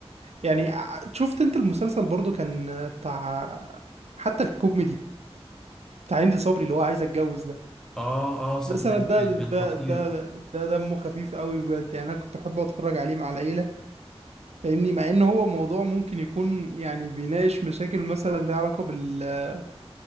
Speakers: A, on the right; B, in the centre.
A: يعني ع- شفت انت المسلسل برضو كان بتاع حتى الكوميدي بتاع هند صبري اللي هو عايز اتجوز ده
B: اه اه صدقني
A: بس انا ده
B: كان
A: ده
B: كان خطير
A: ده ده دمه خفيف قوي بجد يعني انا كنت احب اتفرج عليه مع العيله فاهمني مع ان هو موضوع ممكن يكون يعني بيناقش مشاكل مثلا ليها علاقه بال